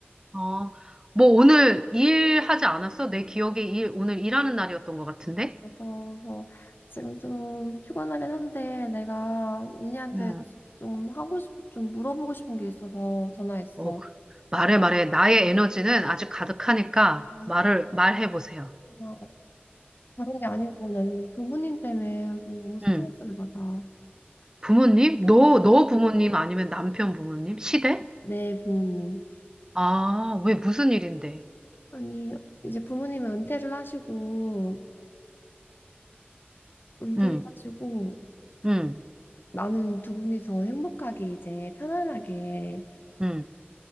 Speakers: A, on the right; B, on the left.
A: 어, 뭐 오늘 일하지 않았어? 내 기억에 일, 오늘 일하는 날이었던 것 같은데?
B: 그래서 지금 좀 피곤하긴 한데 내가 언니한테
A: 음.
B: 좀 하고 싶, 좀 물어보고 싶은 게 있어서 전화했어.
A: 어, 그- 말해, 말해. 나의 에너지는 아직 가득하니까
B: 아
A: 말을, 말해보세요.
B: 고마워. 다른 게 아니고 나 요즘 부모님 때문에 좀 너무 스트레스를
A: 음.
B: 받아.
A: 부모님? 너,
B: 아
A: 너 부모님 아니면 남편 부모님? 시댁?
B: 내 부모님.
A: 아, 왜 무슨 일인데?
B: 아니, 이제 부모님은 은퇴를 하시고, 은퇴를
A: 음,
B: 하시고,
A: 음,
B: 나는 두 분이서 행복하게 이제 편안하게
A: 음,